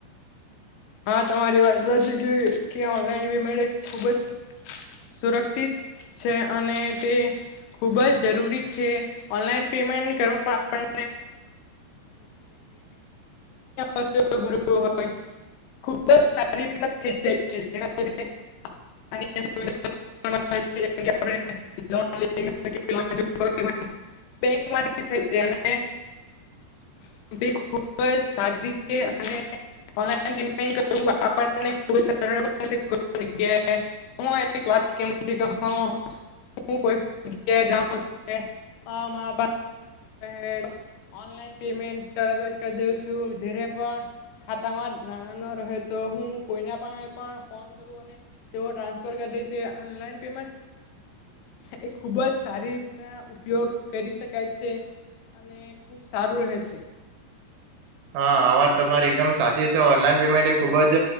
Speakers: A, on the left; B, on the right.
A: હા તમારી વાત ગ કે ઓનલાઈન પેમેન્ટ ખુબ જ સુરક્ષિત છે અને તે, <unintelligible> ખુબ જ જરૂરી છે ઓનલાઈન પેમેન્ટ કરવામાં આપુ હો સારી ય ખારી <unintelligible> હું વાતું્યાએ તર કરી દઉ છું જ્યારે પણ ખાતામાં <unintelligible> નાના ન રહે તો હું કોઈના પા પણ ફોન કરું અને, તેઓ ટ્રાન્સફર કરી દે છે ઓનલાઈન પેમેન્ટ એ ખૂબ જ સારી રીતના ઉપયોગ કરી શકાય છે, અને ખૂબ સારું રહે છે.
B: હા આ વાત તમારી એકદમ સાચી છે ઓનલાઈન પેમેન્ટ એ ખુબ જ,